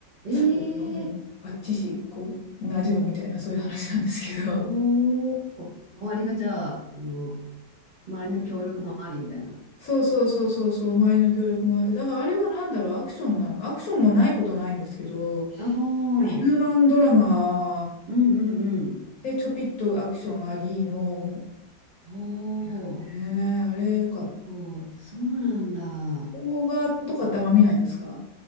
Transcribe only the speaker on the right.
ええ
おお、周りがじゃあ、あの、周りの協力もありみたいな。
ああ、うん
うんうん。
おお。
結構、そうなんだ。
結構、